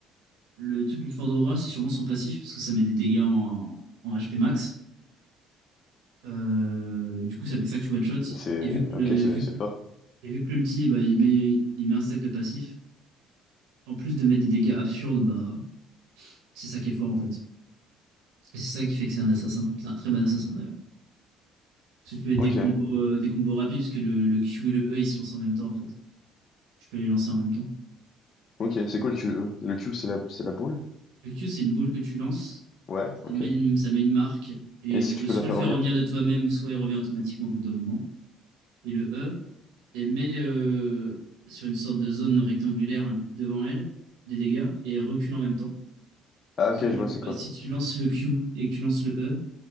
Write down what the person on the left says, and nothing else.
Mais c'est,
ok,
c'est,
c'est
fort.
Ok,
ok, c'est quoi le QE? Le Q, c'est la, c'est la boule?
Ouais,
ok.
Et si
tu
peux
la faire
revenir?
Ah,
ok,
je vois,
c'est
quoi?